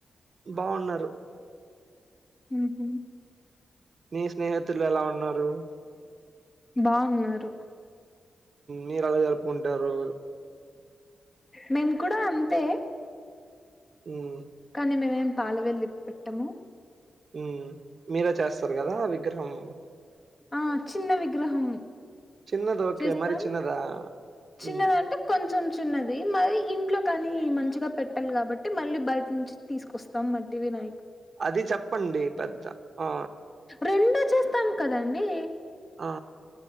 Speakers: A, on the right; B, on the left.
A: బాగున్నారు.
B: మ్ హ్
A: నీ స్నేహితులు ఎలా ఉన్నారు?
B: బాగున్నారు.
A: మీరెలా జరుపుకుంటారు
B: మేము కూడా అంతే
A: మ్
B: కనీ మేమేం పాల వెల్లి పెట్టము.
A: మ్ మీరె చేస్తార్ కదా విగ్రహం
B: ఆ చిన్న విగ్రహం
A: చిన్నది ఓకే
B: చేస్తాం.
A: మరి చిన్నదా
B: చిన్నదంటే
A: మ్
B: కొంచం చిన్నది మరి ఇంట్లో కనీ మంచిగా పెట్టాల్ కాబట్టి మళ్ళీ బైటి నుంచి తీస్కొస్తాం మట్టి వినా
A: అది చెప్పండి పెద్ద ఆ
B: రెండూ చేస్తాం కదండి
A: ఆ